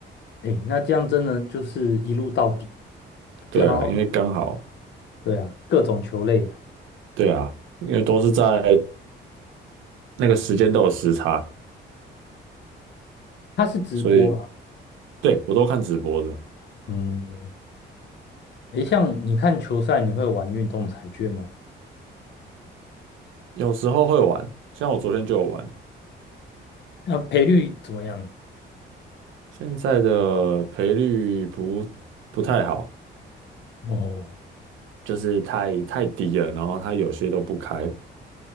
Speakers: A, on the left (about 60°); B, on the right (about 80°).
A: 诶，那这样真的就是一路到底，
B: 对啊，
A: 然后
B: 因为刚好，
A: 对啊，各种球类啊，
B: 对啊，因为都是在那个时间都有时差，
A: 它是直播嘛？
B: 所以对我都看直播的，
A: 嗯，诶，像你看球赛，你会玩运动彩券吗？
B: 有时候会玩，像我昨天就有玩，
A: 那赔率怎么样？
B: 现在的赔率不不太好，
A: 哦，
B: 就是太太低了，然后它有些都不开，